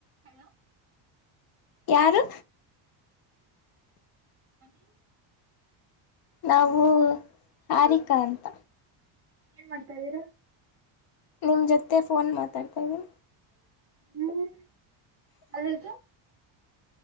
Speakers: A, on the right (about 30°); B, on the left (about 50°).
A: hello
B: ಯಾರು
A: ಹ <inaudible>
B: ನಾವು ಹಾರಿಕ ಅಂತ
A: ಏನ್ ಮಾಡ್ತಾ ಇದ್ದೀರಾ
B: ನಿಮ್ ಜೊತೆ ಫೋನ್ ಮಾತಾಡ್ತಾ ಇದೀ
A: ಹ್ಮ್ ಕಲದುು <inaudible>